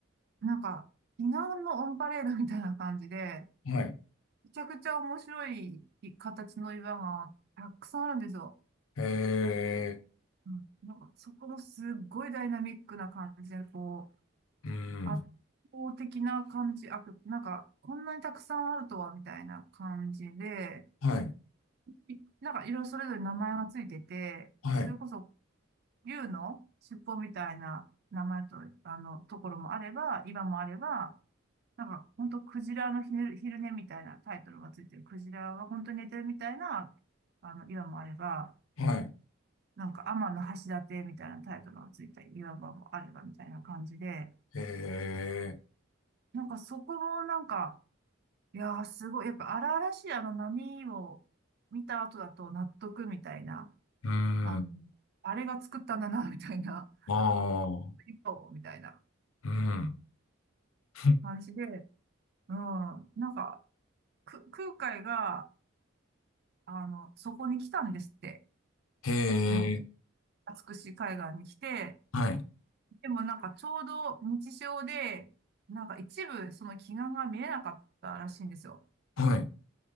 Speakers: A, on the right (about 50°); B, on the left (about 85°).
A: う、なんか、祈願のオンパレードみたいな感じで、
B: はい、
A: めちゃくちゃ面白い形の岩がたくさんあるんですよ。
B: へえ、
A: うん、なんかそこもすっごいダイナミックな感じで、こう、
B: うん。
A: 圧倒的な感じ、あ、なんかこんなにたくさんあるとはみたいな感じで、
B: はい、
A: いなんかいろいろそれぞれ名前がついてて、
B: はい、
A: それこそ竜の尻尾みたいな名前と、あの、ところもあれば、岩もあれば、なんか、本当クジラの昼、昼寝みたいなタイトルがついてる。クジラは本当に寝てるみたいな、あの、岩もあれば、
B: はい。
A: なんか、天の橋立みたいなタイトルがついた岩場もあればみたいな感じで、
B: へえ、
A: なんかそこもなんか、いやーすごい、やっぱ荒々しいあの波を見た後だと納得みたいな、
B: うーん、
A: あの、あれが作ったんだな、みたいな、
B: ああ、
A: 岩をみたいな
B: うん。<laughs>
A: 感じで、うん、なんか、く、空海が、あの、そこに来たんですって。
B: へ
A: その、
B: え、
A: 美しい海岸に来て、
B: はい、
A: でもなんかちょうど日照で、なんか一部その奇岩が見えなかったらしいんですよ。
B: はい。